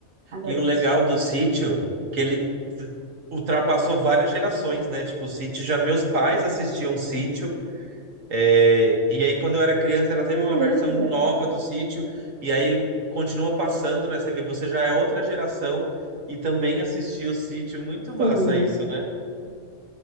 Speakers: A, on the right; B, on the right.
A: Adoro
B: E o
A: assistir.
B: legal do sítio, que ele t- ultrapassou várias gerações, né? Tipo, o sítio já meus pais assistiam sítio. é, E aí, quando eu era criança, ela teve
A: Caramba!
B: uma versão nova do sítio. E aí continua passando, né? Você vê, você já é outra geração e também assistiu o sítio. Muito massa
A: Sim,
B: isso, né?